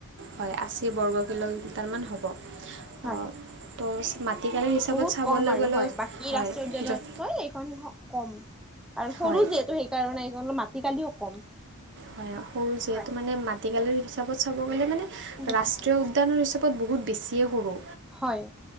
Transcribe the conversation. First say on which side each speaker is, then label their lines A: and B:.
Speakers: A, on the right; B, in the centre.
A: হয় আশী বৰ্গ কিলোমিটাৰমান হ'ব।
B: হয়
A: অ ত' মাটিকালৰ হিচাপত
B: বহুত
A: চাবলৈ
B: কম আৰু
A: গ'লে
B: বাকী
A: হয়
B: ৰাষ্ট্ৰীয়
A: য'
B: উদ্যানতকৈ হয় এইখন কম আৰু সৰু
A: হয়
B: যিহেতু সেইকাৰণে এইখন মাটি কালিও কম।
A: হয় সৰু যিহেতু
B: হয়।
A: মানে মাটিকালিৰ হিচাপত চাব গ'লে মানে
B: বহুত
A: ৰাষ্ট্ৰীয় উ দ্যানৰ হিচাপত বহুত বেছিয়ে সৰু
B: হয়